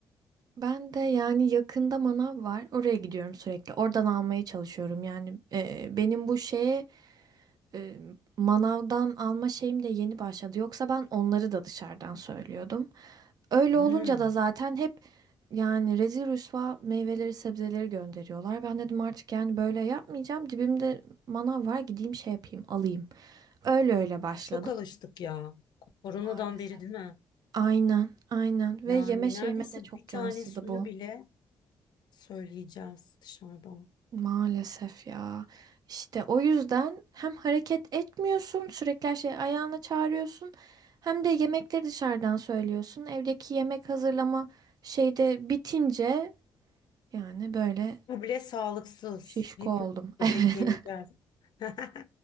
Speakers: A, on the right; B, on the left.
A: Ben de yani yakında manav var. Oraya gidiyorum sürekli. Oradan almaya çalışıyorum. Yani e, benim bu şeye e, manavdan alma şeyim de yeni başladı. Yoksa ben onları da dışarıdan söylüyordum. Öyle
B: Hmm,
A: olunca da zaten hep yani rezil rüsva meyveleri sebzeleri gönderiyorlar. Ben dedim artık yani böyle yapmayacağım. Dibimde manav var gideyim şey yapayım alayım. Öyle öyle başladım.
B: çok alıştık ya. Koronadan
A: Maalesef.
B: beri değil mi?
A: Aynen aynen
B: Yani
A: ve yeme şeyime
B: neredeyse
A: de çok
B: bir tane
A: yansıdı
B: suyu
A: bu.
B: bile söyleyeceğiz dışarıdan.
A: Maalesef ya. İşte o yüzden hem hareket etmiyorsun sürekli her şeyi ayağına çağırıyorsun. Hem de yemekleri dışarıdan söylüyorsun. Evdeki yemek hazırlama şeyde bitince yani böyle
B: Bu bile sağlıksız.
A: Şişko
B: Hepimiz
A: oldum. <laughs>
B: göbekleneceğiz.
A: Evet,
B: <laughs>